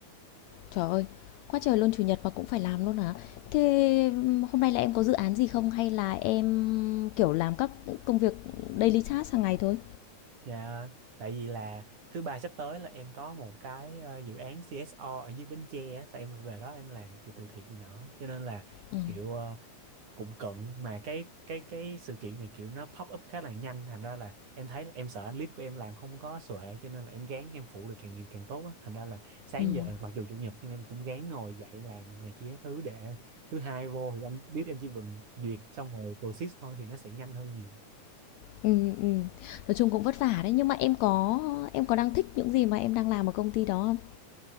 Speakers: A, on the left (about 80°); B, on the right (about 70°).
A: Trời ơi, quá trời luôn chủ nhật mà cũng phải làm luôn hả? Thế hôm nay là em có dự án gì không hay là em kiểu làm các công việc daily task hàng ngày thôi?
B: Dạ, tại vì là thứ ba sắp tới là em có một cái ờ, dự án CSR ở dưới Bến Tre á. Là em về đó em làm kiểu từ thiện này nọ. Cho nên là
A: Ừm,
B: kiểu ờ, cũng cận mà cái cái cái sự kiện này kiểu nó pop up khá là nhanh thành ra là em thấy là em sợ clip của em làm không có xuệ cho nên là em gán em phụ được càng nhiều càng tốt á thành ra là sáng
A: ừm.
B: giờ mặc dù chủ nhật nhưng em cũng gán ngồi dậy làm này kia thứ để thứ hai vô thì anh biết em chỉ cần duyệt xong rồi process thôi thì nó sẽ nhanh hơn nhiều
A: Ừm, ừm. Nói chung cũng vất vả đấy, nhưng mà em có em có đang thích những gì mà em đang làm ở công ty đó không?